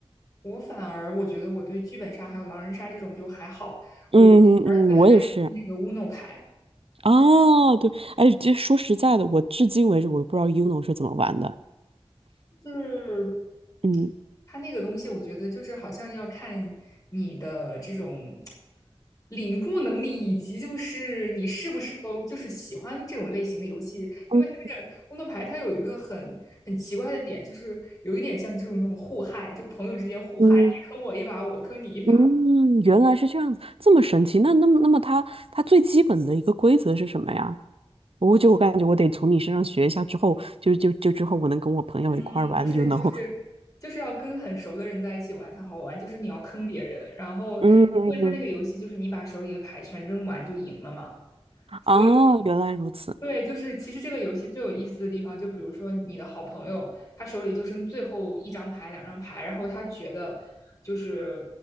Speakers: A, on the left; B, on the right.
A: 我反而我觉得我对剧本杀还有狼人杀这种就还好，
B: 嗯嗯，
A: 我其实而最嗨的是那个乌诺牌，
B: 我也是。哦，对，哎，这说实在的，我至今为止我都不知道 Uno 是怎么玩的。
A: 就是
B: 嗯
A: 它那个东西，我觉得就是好像要看你的这种领悟能力，以及就是你是不是都就是喜欢这种类型的游戏。
B: 嗯
A: 因为它这个工作牌，它有一个很很奇怪的点，就是有一点像这种那种互害，就朋友之间互害，
B: 嗯，
A: 你坑我一把，我坑你一把。
B: 嗯，原来是这样子，这么神奇。那那么那么它它最基本的一个规则是什么呀？我就我感觉我得从你身上学一下，之后就就就之后我能跟我朋友一块儿玩
A: 嗯，就是就是就是要跟很熟的人在一起玩才好玩，
B: u n o w
A: 就是你要坑别人，然后因为他那个游戏就是你把手里的牌全扔完就赢了嘛。
B: 嗯，哦，
A: 所以。
B: 原来如此。
A: 对，就是其实这个游戏最有意思的地方，就比如说你的好朋友，他手里就剩最后一张牌、两张牌，然后他觉得就是